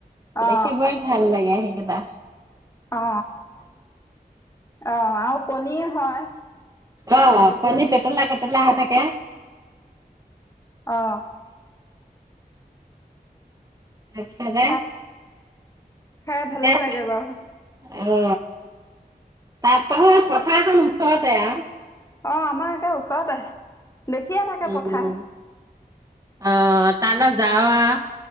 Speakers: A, on the left; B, on the right.
A: অ
B: দেখিবই ভাল লাগে সেইেই বাহ
A: অ অ আৰু কণীয়েে হয়।
B: অ
A: এতিয়া
B: কণী পেটলা পেটলা হৈ থাকে।
A: অ
B: তাৰপিছতে
A: খা খাই
B: এতিয়া
A: ভালে লাগে বাৰু
B: অ তাত তহত পথাৰ এখন ওচৰতে আৰু
A: অ আমাৰ একে ওচৰতে আহ দেখিয়ে থাকে
B: উম
A: পথাৰ।
B: অ তালে জাও আও।